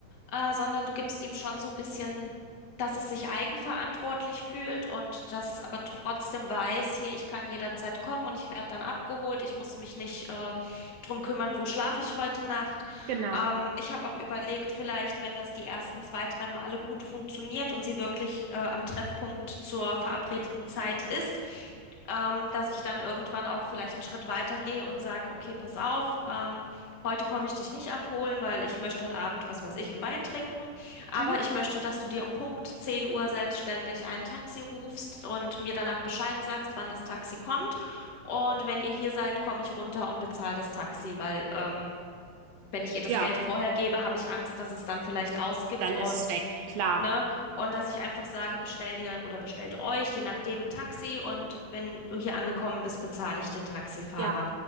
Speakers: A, on the left; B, on the right.
A: äh, sondern du gibst ihm schon so ein bisschen, dass es sich eigenverantwortlich fühlt und dass es aber trotzdem weiß, hier, ich kann jederzeit kommen und ich werde dann abgeholt. Ich muss mich nicht, äh, drum kümmern, wo schlafe ich heute Nacht.
B: Genau.
A: Ähm, ich habe auch überlegt, vielleicht, wenn das die ersten zwei, drei Male gut funktioniert und sie wirklich, äh, am Treffpunkt zur verabredeten Zeit ist ähm, dass ich dann irgendwann auch vielleicht einen Schritt weiter gehe und sage, okay, pass auf, ähm, heute komme ich dich nicht abholen, weil ich möchte heute Abend, was weiß ich, einen Wein trinken, aber
B: Mhm.
A: ich möchte, dass du dir um Punkt 10 Uhr selbstständig ein Taxi rufst und mir danach Bescheid sagst, wann das Taxi kommt. Und wenn ihr hier seid, komme ich runter und bezahle das Taxi, weil ähm, wenn ich ihr das
B: Ja,
A: Geld vorher gebe, habe ich Angst, dass es dann vielleicht ausgibt
B: dann
A: und
B: ist es weg, klar.
A: Ne? Und dass ich einfach sage, bestell dir oder bestellt euch, je nachdem, ein Taxi und wenn du hier angekommen bist, bezahle ich den Taxifahrer.
B: Ja,